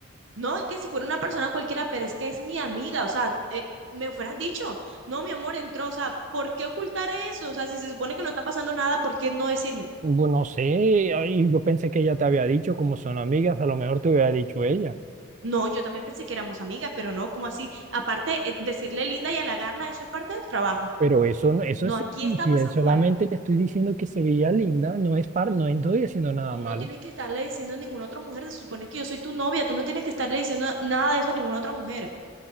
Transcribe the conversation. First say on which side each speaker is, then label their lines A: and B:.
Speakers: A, on the right; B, on the right.
A: No, es que si fuera una persona cualquiera, pero es que es mi amiga, o sea, eh, me hubieras dicho, no, mi amor, entró, o sea, ¿por qué ocultar eso? O sea, si se supone que no está pasando nada, ¿por qué no decirme?
B: Bueno, no sé, ay, yo pensé que ella te había dicho, como son amigas, a lo mejor te hubiera dicho ella.
A: No, yo también pensé que éramos amigas, pero no, ¿cómo así? Aparte, eh, decirle linda y halagarla, eso es parte del trabajo.
B: Pero eso, no- eso
A: No,
B: es
A: aquí
B: ser infiel,
A: está pasando
B: solamente
A: algo.
B: le estoy diciendo que se veía linda, no es par, no estoy haciendo nada
A: Tú
B: malo.
A: no tienes que estarle diciendo a ninguna otra mujer, se supone que yo soy tu novia, tú no tienes que estarle diciendo nada de eso a ninguna otra mujer.